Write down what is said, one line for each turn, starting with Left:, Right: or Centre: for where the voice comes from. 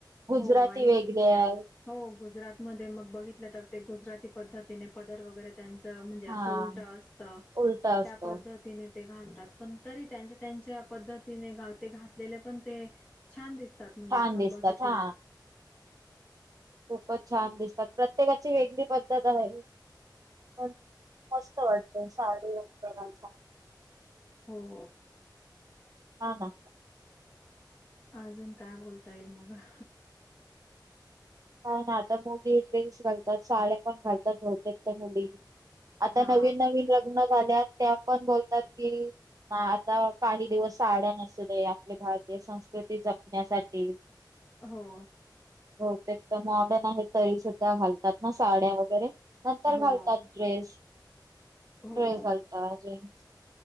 Right: गुजराती
Left: हो आणि.
Right: वेगळी आहे
Left: हो गुजरात मध्ये मग बघितलं तर ते गुजराती पद्धतीने पदर वगैरे. त्यांच म्हणजे
Right: हा
Left: अस उलट असत
Right: उलट असत
Left: त्या पद्धतीने. ते घालतात पण तरी त्यांच्या त्यांच्या पद्धतीने ते घातलेले पण ते. छान दिसतात म्हणजे
Right: छान
Left: आपण
Right: दिसतात
Left: बघित.
Right: हा खूपच छान दिसतात प्रत्येकाची वेगळी पद्धत आहे पण मस्त वाटत साडी वला
Left: हो
Right: हा
Left: अजून काय बोलता येईल मगा
Right: प ना आता मुली ड्रेस घालतात साड्या पण घालतात बहुतेक त्या मुली
Left: हा
Right: आता नवीन नवीन लग्न झाल्यात त्या पण बोलतात कि ना आता काही दिवस साड्या नसू दे आपली भारतीय संस्कृती जपण्यासाठी
Left: हो
Right: हो ते तर मॉडर्न आहे तरी सुद्धा घालतात ना साड्या वगैरे नंतर
Left: हो
Right: घालतात ड्रेस
Left: हो
Right: ड्रेस घालतात जेन्स